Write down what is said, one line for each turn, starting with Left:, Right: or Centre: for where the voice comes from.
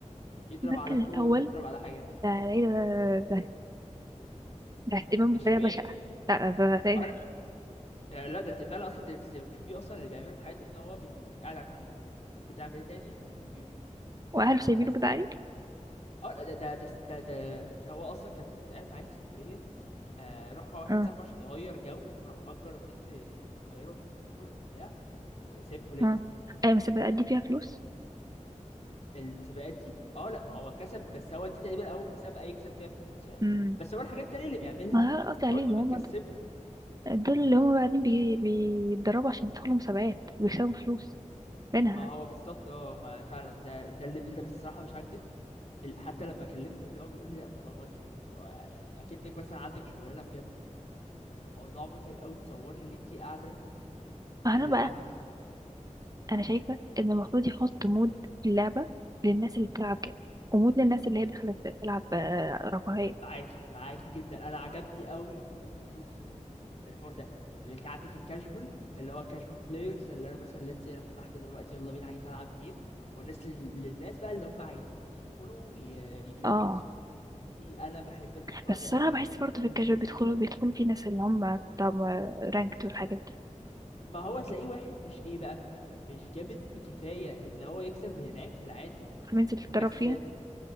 Left: يضرب
Right: المركز
Left: على
Right: الأول
Left: كور ويضرب على حاجه
Right: ده ايه ده ده, ده, ده اهتمام
Left: مش
Right: بطريقة
Left: طبيعي
Right: بشعة لا ده ده,
Left: اه
Right: ده.
Left: لا آه، لا ده انت فعلا اصلا ده انت بتشوفيه اصلا اللي بيعمله في حياته ان هو بي بي قاعد على الكمبيوتر طب بتعمل ايه تاني آه، كمبيوتر
Right: وأهله سايبينه
Left: بس
Right: كده عليه
Left: اه لا، ده ده ده ده ده هو اصلا كان المفروض قاعد معايا في اسكندريه آه راح مع واحد
Right: اه
Left: صاحبه عشان يغير جو وراح اجر بيت في في القاهره في اكتوبر وبتاع وسايب الكليه
Right: اه أيوة بس بأدي فيها فلوس
Left: المسابقات دي اه لا ما هو كسب بس هو دي تقريبا اول مسابقه يكسب فيها فلوس يعني
Right: امم
Left: بس هو الحاجات التانية اللي بيعملها
Right: ما أنا قصدي عليهم
Left: برضه بتكسبه
Right: هم دول دول اللي هم بعدين بي... بيتدربوا عشان يدخلوا مسابقات ويكسبوا فلوس منها
Left: ما هو بالظبط اه ما فعلا ده ده الليفل ده بالصراحه مش هكدب ال- حتى لما كلمته اللي هو بيقول لي لا الموضوع موتر اللي هو يعني اكنك مثلا عندك شغلانه بجد ف- فالموضوع متعب قوي تصوري اللي انت قاعده
Right: أنا
Left: تلعبي
Right: بقى انا شايفه ان المفروض يحط مود في اللعبه للناس اللي بتلعب كده ومود للناس اللي هي دخلت تلعب آه، رفاهيه
Left: معاكي معاكي جدا انا عجبني قوي في كول اوف ديوتي وور زون الحوار ده اللي انت عندك الكاجوال اللي هو الكاجوال بلايرز اللي انا مثلا let's say انا فتحت دلوقتي يلا بينا عايز العب جيم والناس لل- للناس بقى اللي هم عايزين يدخلوا وي- يجلدوا
Right: اه
Left: نفسهم دي دي انا بحب الموضوع
Right: بس
Left: ده
Right: الصراحه
Left: قوي اللي
Right: بحس
Left: اللي
Right: برضه
Left: فيه
Right: في الكاجوال
Left: الفيرنس
Right: بيدخلوا
Left: ده
Right: بيدخلوا في ناس اللي هم بتاع رانكت والحاجات دي
Left: ما هو تلاقيه واحد مش ايه بقى مش جامد كفاية ان هو يكسب هناك في العادي
Right: فبينزل يتدرب
Left: بس
Right: فيها